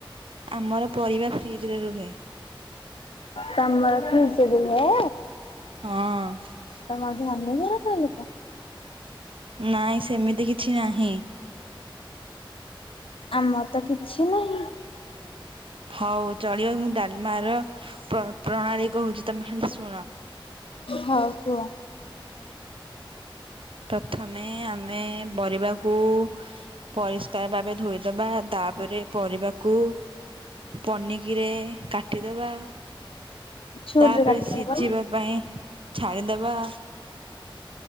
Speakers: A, on the right; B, on the left.
A: ଆମର ପରିବା ଫ୍ରିଜ୍ ରେ ରୁହେ।
B: ତମର ଫ୍ରୀଜ୍ ରେ ରୁହେ?
A: ହଁ।
B: ତମର ଧନୀ ଘର ତାହେଲେ ତ।
A: ନାଇଁ ସେମିତି କିଛି ନାହିଁ।
B: ଆମର ତ କିଛି ନାହିଁ।
A: ହଉ ଚଳିବ ମୁଁ ଡାଲମାର ପ୍ର ପ୍ରଣାଳୀ କହୁଚି ତମେ ଖାଲି ଶୁଣ।
B: ହଉ କୁହ।
A: ପ୍ରଥମେ ଆମେ ବରିବାକୁ ପରିଷ୍କାର ବାବେ ଧୋଇଦବା ତାପରେ ପରିବାକୁ ପନିକିରେ କାଟିଦବା।
B: ଛୁରୀରେ
A: ତାପରେ
B: କାଟି
A: ସିଝିବା
B: ହବ
A: ପାଇଁ ଛାଡି଼ଦବା।